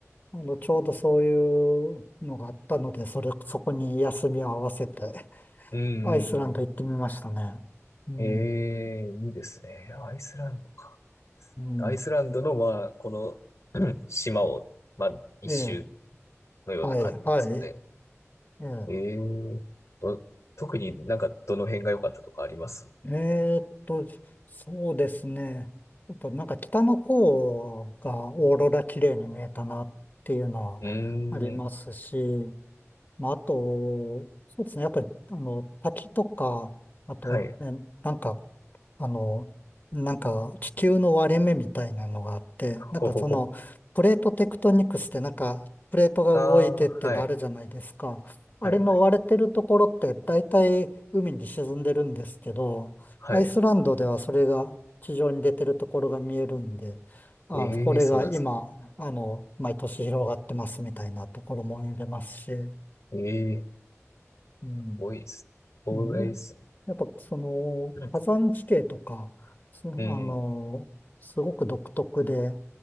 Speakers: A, on the left; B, on the left.
A: あの、ちょうどそういうのがあったので、それ、そこに休みを合わせて、
B: ー、うんうん
A: アイスランド行ってみましたね。うん。
B: うん。ええいいですね。アイスランドか。
A: うん。
B: アイスランドの、まあ、このうん <clears throat> 島を、まあ、一周
A: ええ。
B: のような感じですかね。
A: はい。はい。ええ。
B: ええと、特になんかどの辺が良かったとかあります
A: えーっと、そうですね。やっぱなんか北の方がオーロラ綺麗に見えたなっていうのはありますし、
B: うーん。
A: まあ、あと、そうですね。やっぱり、あの、滝とか、あと、
B: はい。
A: ね、なんか、あの、なんか、地球の割れ目みたいなのがあって、
B: ほほほ。
A: なんかその、プレートテクトニクスって、なんか、プレートが動いてっていうのあるじゃないですか。
B: ああ、はい。
A: あれの割れてるところって、
B: はい、はい。
A: 大体海に沈んでるんですけど、
B: はい。
A: アイスランドではそれが地上に出てるところが見えるんで、あ、
B: ええそうなんですか。
A: これが今、あの、毎年広がってますみたいなところも見れますし、
B: ええ
A: うん
B: 多いです。東大ですね。
A: うん、ねやっぱその火山地形とか、
B: うん。
A: そあの、
B: う
A: すごく独特で、